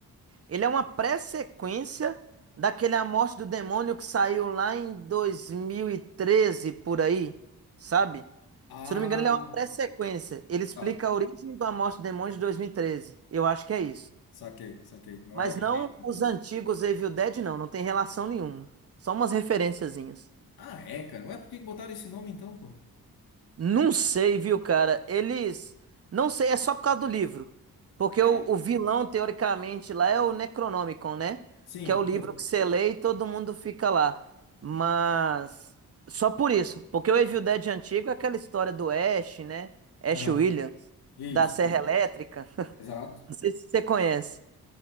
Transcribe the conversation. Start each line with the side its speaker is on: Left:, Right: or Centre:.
Right: Ele é uma pré-sequência daquele A Morte do Demônio que saiu lá em 2013, por aí, sabe?
Left: Ah,
Right: Se eu não me engano, ele é uma pré-sequência. Ele explica
Left: tá.
Right: a origem do A Morte do Demônio de 2013. Eu acho que é isso.
Left: Saquei, saquei. Não
Right: Mas
Left: é o remake,
Right: não
Left: então.
Right: os antigos Evil Dead, não. Não tem relação nenhuma. Só umas referenciazinhas.
Left: Ah, é, cara. Ué, por que que botaram esse nome então, pô?
Right: Não sei, viu, cara? Eles. Não sei, é só por causa do livro. Porque
Left: É.
Right: o, o vilão, teoricamente, lá é o Necronomicon, né?
Left: Sim,
Right: Que é o livro
Left: justo.
Right: que você lê e todo mundo fica lá. Mas. Só por isso. Porque o Evil Dead antigo é aquela história do Ash, né? Ash
Left: Aham.
Right: Williams,
Left: Isso,
Right: da Serra
Left: isso.
Right: Elétrica. <laughs>
Left: Exato.
Right: Não sei se você conhece.